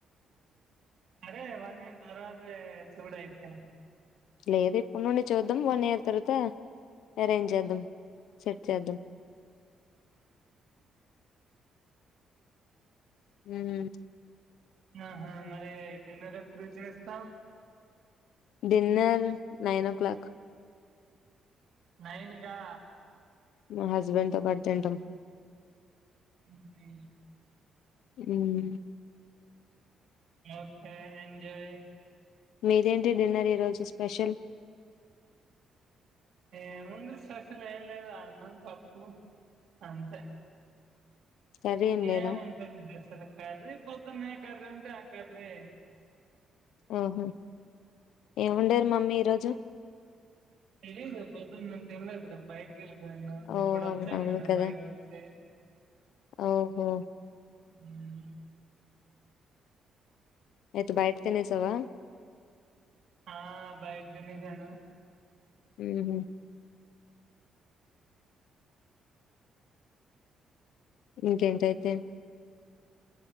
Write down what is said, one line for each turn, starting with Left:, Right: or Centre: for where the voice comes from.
Right: అదే వన్ ఇయర్ తరువాత్ దే చూడు అయితే
Left: లేదు ఇప్పుడు నుండి చూద్దాం వన్ ఇయర్ తర్వాత అరేంజ్ చేద్దాం సెట్ చేద్దాం హ్మ్
Right: ఆహా మరి జిన్నలు ఎప్పుడు చేస్తావు
Left: డిన్నర్ నైన్ ఓ క్లాలాక్
Right: నైనుకా
Left: మా హస్బెండ్ తో పట్ తంటాం
Right: హుహు.
Left: అ
Right: ఓకే ఎంజాయ్
Left: మీదేంటి డిన్నర్ ఈ రోజు స్పెషల్
Right: ఏముంది ససలు ఏం లేదు అన్నం తప్పు అంతే
Left: కర్రీ ఏం లేదా
Right: ఏ ఉంటది అసలు కాల పొద్దునే క రే త క రే
Left: ఆహో ఏముండారు మమ్మీ ఈరోజు
Right: తెలియదు పొదుం నం త తెన్లద బయటకి వెళ్ళిపోయాను
Left: ఓ
Right: ఇప్పుడు వచ్చాను
Left: అవును అవును
Right: నేను
Left: కదా
Right: బయట నుంచి
Left: ఓహో
Right: అ
Left: అయితే బయట తినేసావా
Right: హా భైజమజను
Left: హ ఇంకేంటైతే